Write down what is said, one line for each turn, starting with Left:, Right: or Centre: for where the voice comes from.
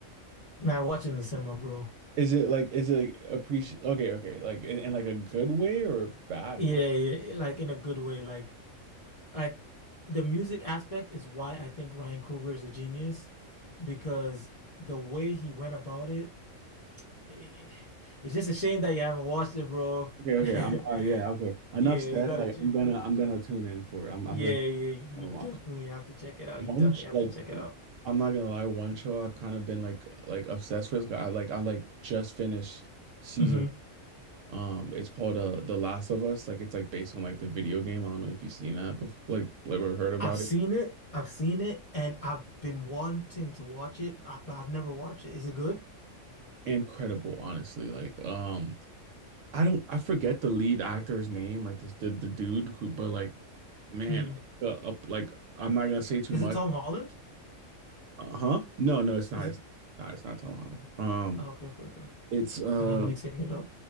Left: man, watch it in the cinema, bro.
Right: Is it like is it like appreciate? Okay, okay, like in, in like a good way or a bad
Left: Yeah,
Right: way?
Left: yeah, yeah, like in a good way. Like like the music aspect is why I think Ryan Coogler is a genius because the way he went about it, eh, it's just a shame that you haven't watched it, bro.
Right: Okay, okay.
Left: <laughs>
Right: I'm uh yeah, okay. Enough
Left: Yeah,
Right: said.
Left: you gotta
Right: Like
Left: check.
Right: I'm gonna I'm gonna tune in for it. I'm
Left: Yeah,
Right: I'm gonna
Left: yeah, you
Right: gonna
Left: definitely
Right: watch.
Left: have to check it out.
Right: One
Left: You definitely
Right: sh-
Left: have
Right: like
Left: to check it out.
Right: I'm not gonna lie, one show I've kind of been like like obsessed with. like, I like I like just finished season
Left: hmm
Right: um it's called uh The Last of Us. Like it's like based on like the video game. I don't know if you've seen that before like like or heard about
Left: I've seen
Right: it.
Left: it. I've seen it, and I've been wanting to watch it, uh, but I've never watched it. Is it good?
Right: Incredible, honestly. Like um I don't I forget the lead actor's name, like this the the dude who but like man,
Left: Mm.
Right: like, uh, up like I'm not gonna say too
Left: Is
Right: much
Left: it Tom Holland?
Right: Uh huh. No, no, it's not.
Left: Is it?
Right: It's not. It's not Tom Holland. Um,
Left: oh, okay, okay, okay.
Right: it's uh,
Left: Then I'm mixing it up.